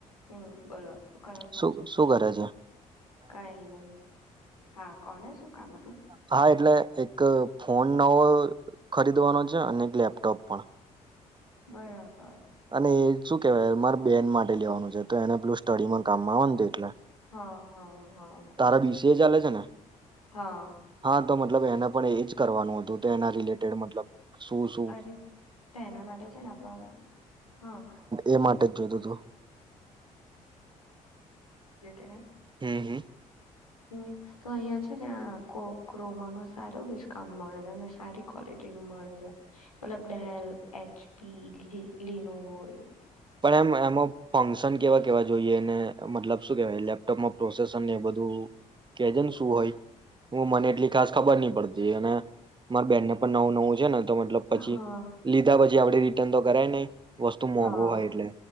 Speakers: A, on the left; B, on the right.
A: હમ બોલો. કરો છો
B: શું શું કરે છે.
A: કઈ નહી હા કોને શું. કામ હતું
B: હા એટલે. એક ફોન નવો ખરીદવાનો છે. અને એક લેપટોપ પણ.
A: બરાબર‌.
B: અને એ શું કેવાય મારે બેન માટે લેવાનું છે તો એને પેલું સ્ટડીમાં કામમાં આવે એટલે.
A: હા, હા. હા
B: તારા વીસ. જે ચાલે છે.
A: હા.
B: હા તો મતલબ એને પણ એજ કરવાનું હતું તો એના રિલેટેડ મતલબ. શું શું
A: અરે તો એના માટે છે ને આપડા હા.
B: એ માટે જ જોતું હતું
A: <unintelligible>
B: હમ્મ હમ્મ.
A: હમ્મ તો અહિયાં છે ને આ કો ક્રોમામાં સારું ડિસ્કાઉન્ટ મળે છે અને સારી ક્વલિટી નું મળે છે મતલબ ડેલ એચ. પી <unintelligible>
B: <unintelligible> ફક્શન કેવા કેવા જોઈએ ને મતલબ શું કેહેવાય લેપટોપમાં પ્રોસેસર ને એ બધું કેજ ને શું હોય હું મને એટલી ખાસ ખબર નહી પડતી અને મારી બેનને પણ નવું નવું છે ને. મતલબ પછી
A: હા
B: લીધા પછી લીદા આપડે રિટર્ન તો કરાય નહી. વસ્તુ મોંઘું
A: હા
B: હોય એટલે